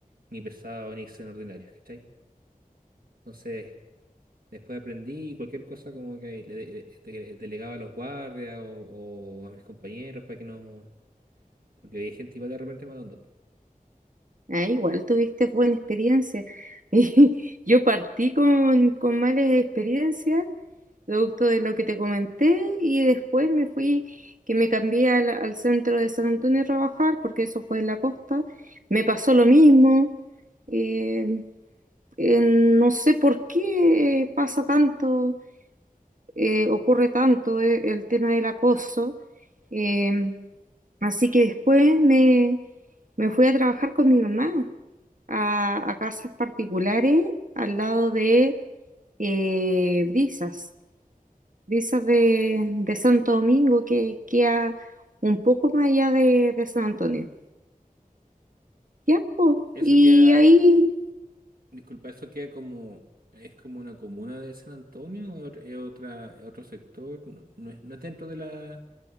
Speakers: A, on the right (about 80°); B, on the right (about 65°).
A: ni pesados, ni sean ordinarios, ¿cachai? Entonces, después aprendí y cualquier cosa como que le, le- le- delegaba a los guardias o o a mis compañeros para que no porque hay gente igual de repente mala onda.
B: Ah, igual tuviste buena experiencia. <laughs> Yo partí con, con malas experiencias producto de lo que te comenté, y después me fui, que me cambié al, al centro de San Antonio a trabajar, porque eso fue en la costa, me pasó lo mismo, eh, eh, no sé por qué pasa tanto, eh, ocurre tanto eh, el tema del acoso, eh, así que después me, me fui a trabajar con mi mamá a, a casas particulares al lado de eh, Brisas de esas de, de Santo Domingo que queda un poco más allá de, de San Antonio. Ya, po.
A: Eso
B: Y
A: queda,
B: ahí
A: disculpa, eso queda como, es como una comuna de San Antonio, o es otra, es otro sector, no, no es, no es dentro de la,